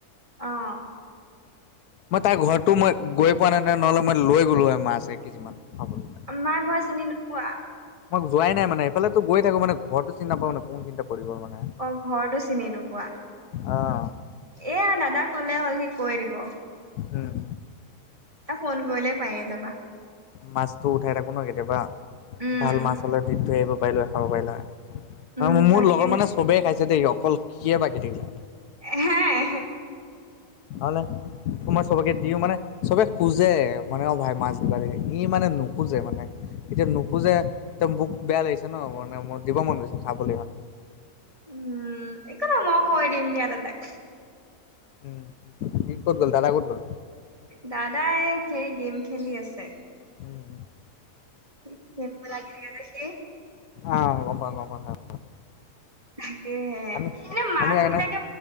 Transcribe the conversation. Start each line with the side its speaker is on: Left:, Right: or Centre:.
Right: অ'।
Left: মই তাৰ ঘৰটো মই গৈ পোৱা নাই নহয়। নহ'লে মই লৈ গ'লো হয় মাছে এক কেজিমান খাবলৈ।
Right: মাৰ ঘৰ চিনি নোপোৱা
Left: মই যোৱাই নাই মানে, এইফালেটো গৈ থাকো মানে ঘৰটো চিনি নাপাওঁ ন, কোন সিনিতে পৰিব মানে।
Right: অ', ঘৰটো চিনি নোপোৱা।
Left: অ'
Right: এয়া দাদাক ক'লে হ'ল সি কৈ দিব।
Left: উম।
Right: তাক ফোন কৰিলে পাইয়ে যাবা।
Left: মাছতো উঠাই থাকো ন কেতিয়াবা,
Right: উম
Left: ভাল মাছ হ'লে দি থৈ আহিব পাৰিলো হয় খাব পাৰিলা হয়।
Right: উম
Left: মোৰ
Right: তাকে
Left: লগৰ মানে চবেই খাইছে দেই, অকল সি হে বাকি থাকিল।
Right: হে।
Left: অ'। তোমৰ চবকে দিওঁ মানে, চবে খোঁজে মানে, অ', ভাই মাছ দিবা দে। ই মানে নোখোজে মানে। এতিয়া নোখোজে একদম মোক বেয়া লাগিছে ন, মানে মোৰ দিব মন গৈছে খাবলৈ মানে।
Right: উম, একো নহয়, মই কৈ দিম দিয়া দাদাক।
Left: উম, সি ক'ত গ'ল, দাদা ক'ত গ'ল?
Right: দাদা, এই সেই গেম খেলি আছে।
Left: উম
Right: <unintelligible> লাগি থাকে যে সি।
Left: অ', গম পাওঁ, গম পাওঁ, তাৰ
Right: তাকে,
Left: আমি
Right: এনে মাছ
Left: আমি এনে
Right: বিলাকে,